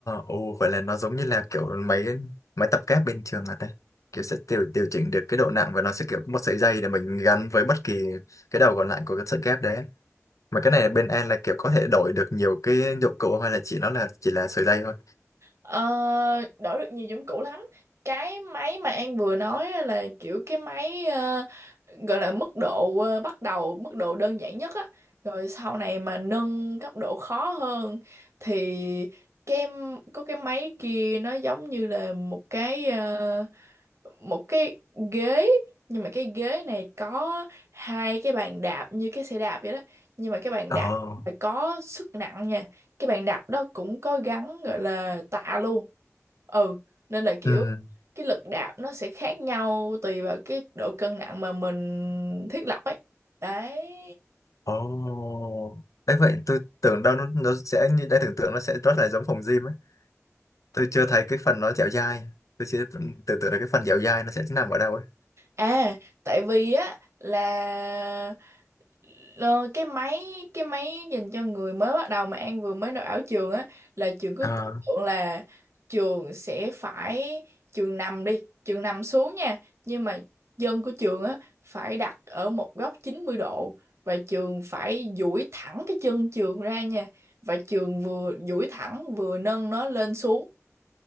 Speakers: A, on the left (about 75°); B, on the right (about 60°).
A: ồ vậy là nó giống như là kiểu máy máy tập kép bên trường à ta? kiểu sẽ điều điều chỉnh được cái độ nặng và nó sẽ kiểu có một sợi dây để mình gắn với bất kỳ cái đầu còn lại của cái sợi kép đấy mà cái này bên An là kiểu có thể đổi được nhiều cái dụng cụ hay là chỉ nó là chỉ là sợi dây thôi
B: Ờ, đổi được nhiều dụng cụ lắm. Cái máy mà An vừa nói á là kiểu cái máy ờ, gọi là mức độ ờ, bắt đầu, mức độ đơn giản nhất á. Rồi sau này mà nâng cấp độ khó hơn thì cái có cái máy kia nó giống như là một cái ờ, một cái ghế nhưng mà cái ghế này có hai cái bàn đạp như cái xe đạp vậy đó nhưng mà cái bàn
A: Ồ.
B: đạp phải có sức nặng nha cái bàn đạp đó cũng có gắn gọi là tạ luôn ừ nên là kiểu
A: ừ
B: cái lực đạp nó sẽ khác nhau tùy vào cái độ cân nặng mà mình thiết lập ấy đấy
A: Ồ. đấy vậy tôi tưởng đâu nó, nó sẽ như đã tưởng tượng nó sẽ rất là giống phòng gym ấy tôi chưa thấy cái phần nó dẻo dai tôi chưa tưởng tượng được cái phần dẻo dai nó sẽ nằm ở đâu ấy
B: à tại vì á là Ờ, cái máy cái máy dành cho người mới bắt đầu mà An vừa mới nộp ảo trường á là trường cứ
A: À.
B: tưởng tượng là trường sẽ phải trường nằm đi trường nằm xuống nha nhưng mà dân của trường á phải đặt ở một góc 90 độ và trường phải duỗi thẳng cái chân trường ra nha và trường vừa duỗi thẳng vừa nâng nó lên xuống